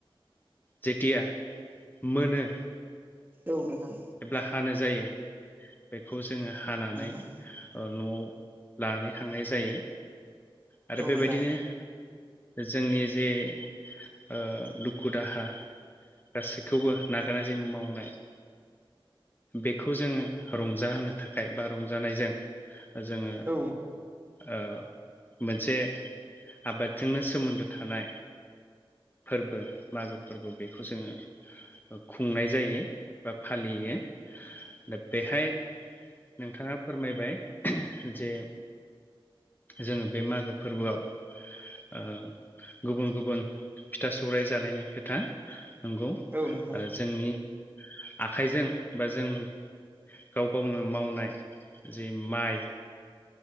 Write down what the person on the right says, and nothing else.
औ नोंथां।
औ
नोंथां
औ नोंथां औ नोंथां औ
नोंथां